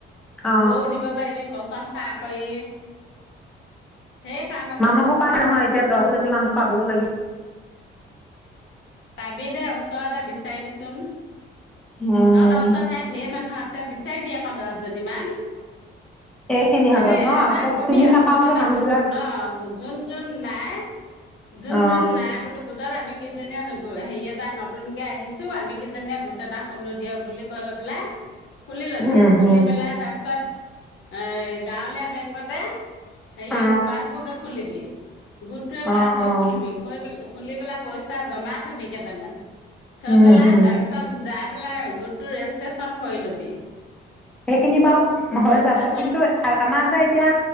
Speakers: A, in the centre; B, on the left.
A: অ
B: গোবও দিব পাৰিবি, পচন সাৰ কৰি ঢেৰ কাম আছে
A: মানুহ পা নহয় এতিয়া দহজনী মানুহ পাবও লাগি
B: পাবি দে, ওচৰতে বিচাৰিবিচোন?
A: উম
B: তহঁতৰ ওচৰত হে ধেৰ মানুহ আছে। বিচাৰিবি আকৌ দহজনীমান।
A: এইখিনি হাতত
B: এনে
A: ন
B: এটা
A: আকৌ
B: কবি
A: চিনি
B: আও
A: নাপাও
B: গোত
A: যে
B: এটা
A: মানুহ
B: <unintelligible>
A: বিলাক
B: ন। যোন যোন নাই যোন
A: অ
B: যোন নাই বোলো গো গোটত আমি কিজনীয়ে হেৰি এটা নতুনকে আহিছো। আমি কিজনীয়ে গোট এটা খোঁলো দিয়ক বুলি কয় অলপ পেলাই খুলি লবি।
A: উম
B: খুলি
A: হম
B: পেলাই তাৰপিছত এ গাঁৱলীয়া বেংকতে সেই
A: অ
B: পাচবুকে খোলিবি। গোটটোৱে
A: অ
B: পাচবুক
A: অ
B: খোলিবিও। <unintelligible> খুলি পেলাই পইচা জমা থবি কেইটামান থৈ
A: উম
B: পেলাই
A: হম
B: তাৰ পিছত য পেলাই গোট তটো ৰেজিষ্ট্ৰেশচন কৰি লবি।
A: সেইখিনি বাৰু হৈ
B: ৰেজিষ্ট্ৰেচন
A: যাব। কিন্তু আমাৰ যে এতিয়া